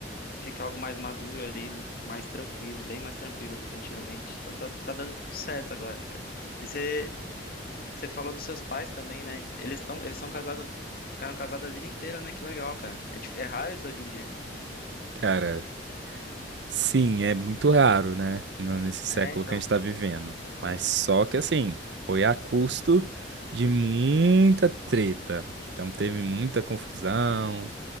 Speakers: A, on the left; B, on the right.
A: fica algo mais maduro ali, mais tranquilo, bem mais tranquilo do que antigamente. Então tá, tá dando certo agora, cara. E você você falou dos seus pais também, né? Eles estão eles são casados, ficaram casados a vida inteira, né? Que legal, cara. É, dif- é raro isso hoje em dia.
B: cara, Sim, é muito raro, né? no- Nesse século
A: É, então.
B: que a gente está vivendo. Mas só que assim, foi a custo de muita treta. Então teve muita confusão,